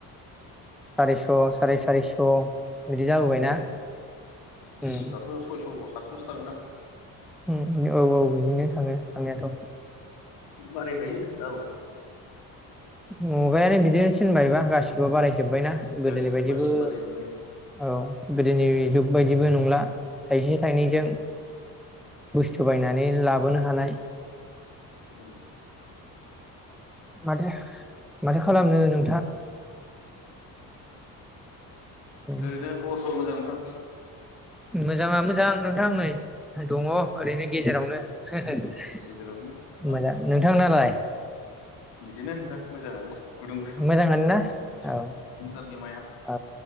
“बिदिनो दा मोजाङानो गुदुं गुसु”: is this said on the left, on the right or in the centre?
Left